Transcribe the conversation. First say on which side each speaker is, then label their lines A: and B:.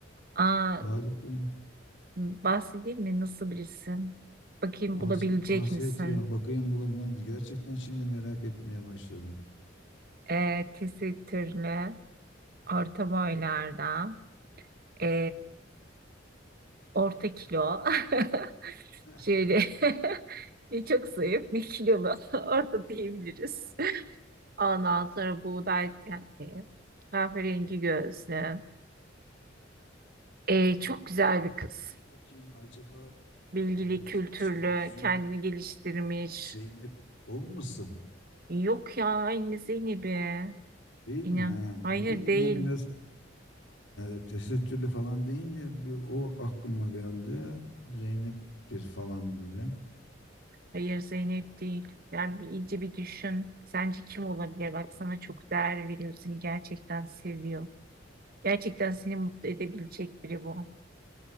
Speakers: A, on the right; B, on the left.
A: Aa,
B: Harika.
A: bahsedeyim mi nasıl birisi? Bakayım
B: Bahset
A: bulabilecek
B: bahset
A: misin?
B: ya. Bakayım buna ben gerçekten şimdi merak etmeye başladım.
A: E, tesettürlü, orta boylarda, e, orta kilo. <laughs>
B: <laughs>
A: Şöyle <laughs> ne çok zayıf ne kilolu <laughs> orta diyebiliriz. Ondan sonra buğday tenli, kahverengi gözlü. Ee,
B: Aa,
A: çok güzel bir kız.
B: Dur bakayım acaba
A: Bilgili,
B: e,
A: kültürlü,
B: şey Zü
A: kendini geliştirmiş.
B: Zeynep olmasın
A: Yok ya aynı Zeynep'i.
B: değil
A: İnan.
B: mi? Ha,
A: Hayır
B: ne bileyim
A: değil.
B: ya biraz e, tesettürlü falan deyince bir o aklıma geldi. Zeynep'tir falan böyle.
A: Hayır Zeynep değil. Yani bir, iyice bir düşün. Sence kim olabilir? Bak sana çok değer veriyor. Seni gerçekten seviyor. Gerçekten seni mutlu edebilecek biri bu.